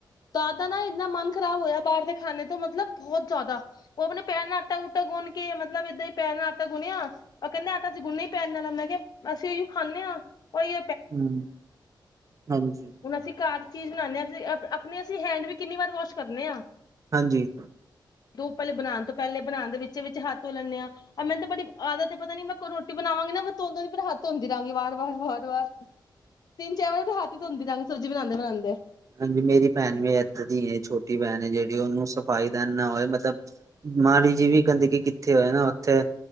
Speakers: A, on the left (about 55°); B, on the right (about 40°).
A: ਤਾਂਦਾ ਨਾ ਇੰਨਾ ਮਨ ਖ਼ਰਾਬ ਹੋਏਆ ਬਾਰ ਦੇ ਖਾਣੇ ਤੋਂ ਮਤਲਬ ਬੋਹਤ ਜਾਦਾ। ਓ ਅਪਨੇ ਪੈਰ ਨਾਲ ਆਟਾ-ਉੂਟਾ ਗੁੰਨ ਕੇ ਮਤਲਬ ਏਦਾਂ ਈ ਪੈਰ ਨਾਲ ਆਟਾ ਗੁੰਨੇਆ ਓ ਕੈਂਦਾ ਆਟਾ ਅਸੀ ਗੁੰਨਨੇ ਈ ਪੈਰ ਨਾਲ ਆ। ਮੈਂ ਕੇਆ ਅਸੀ ਅਈਓ ਖਾਨੇ ਆਂ ਓਈ
B: ਹੂੰ, ਹਾਂਜੀ।
A: ਹੁਨ ਅਸੀ ਘਰ ਚੀਜ਼ ਬਨਾਨੇ ਆਂ ਅਸੀ ਅਪ ਅਪਣੇ ਹੈਂਡ ਵੀ ਕਿੰਨੀ ਵਾਰ ਵਾਸ਼ ਕਰਨੇ ਆਂ।
B: ਹਾਂਜੀ।
A: ਦੋ ਪਲ ਬਨਾਨ ਤੋਂ ਪੈਲੇ ਬਣਾਨ ਦੇ ਵਿੱਚ ਵਿੱਚ ਹੱਥ ਧੋ ਲੈਂਨੇ ਆਂ। ਅ ਮੈਨੂੰ ਤੇ ਬੜੀ ਆਦਤ ਏਪਤਾ ਨੀ ਮੈਂ ਕਰੋਟੀ ਬਣਾਵਾਂਗੀ ਨਾ ਮੈਂ ਦੋ ਦੋ ਮਿਂ ਪਰ ਹੱਥ ਧੋਂਦੀ ਰਾਂਗੀ ਵਾਰ-ਵਾਰ ਵਾਰ-ਵਾਰ
B: <unintelligible>
A: ਚਾਰ ਵਾਰੀ ਥਤੈ ਹੱਥ ਧੋਂਦੀ ਰਾਂਗੀ ਸਬਜੀ ਬਨਾਂਦੇ-ਬਨਾਂਦੇ।
B: ਹਾਂਜੀ ਮੇਰੀ ਭੈਣ ਵੀ ਏਦਾਂ ਦੀਏ ਛੋਟੀ ਭੈਣ ਏ ਜਿਹੜੀ ਓਨੂੰ ਸਫ਼ਾਈ ਦਾ ਐਨਾ ਓਏ ਮਤਲਬ ਮਾੜੀ ਜੀ ਵੀ ਗੰਦਗੀ ਕਿੱਥੇ ਹੋਏ ਨਾ ਓਥੇ